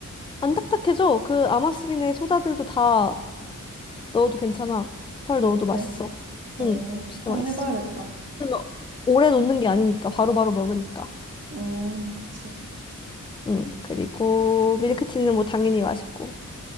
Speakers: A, on the left; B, on the right.
A: 안 딱딱해져. 그 아마스빈의 소다들도 다 넣어도 괜찮아. 펄 넣어도
B: 아, 그래?
A: 맛있어.
B: 어,
A: 응, 진짜
B: 한번
A: 맛있어.
B: 해봐야겠다.
A: 그러면 오래 놓는 게 아니니까 바로바로 먹으니까.
B: 음, 그치.
A: 응, 그리고 밀크티는 뭐 당연히 맛있고.